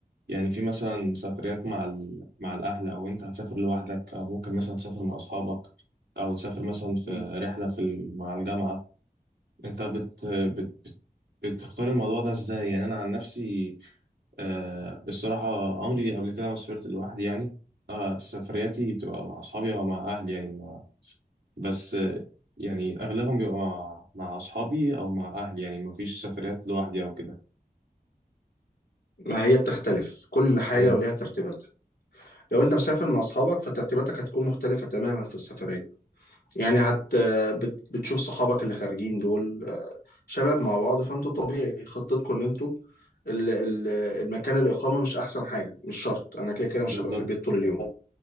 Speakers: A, on the right; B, on the left.
A: يعني في مثلا سفريات مع ال... مع الأهل أو أنت هتسافر لوحدك أو ممكن مثلا تسافر مع أصحابك أو تسافر مثلا في
B: مم.
A: رحلة في ال... مع الجامعة أنت بت... بت... بت... بتختار الموضوع ده إزاي يعني أنا عن نفسي آه الصراحة عمري قبل كده ما سافرت لوحدي يعني آه سفرياتي بتبقى مع أصحابي أو مع أهلي يعني مع... بس آه يعني أغلبهم بيبقى مع مع أصحابي أو مع أهلي يعني مفيش سفريات لوحدي أو كده
B: ما هي بتختلف كل حاجة
A: مم.
B: وليها ترتيباتها لو أنت مسافر مع أصحابك فترتيباتك هتكون مختلفة تماما في السفرية يعني هت آه، بت- بتشوف صحابك اللي خارجين دول آه، شباب مع بعض فأنتوا طبيعي خطتكم إن أنتوا ال- ال- المكان الإقامة مش أحسن حاجة مش شرط أنا كده كده
A: بالظبط
B: مش هبقى في البيت طول اليوم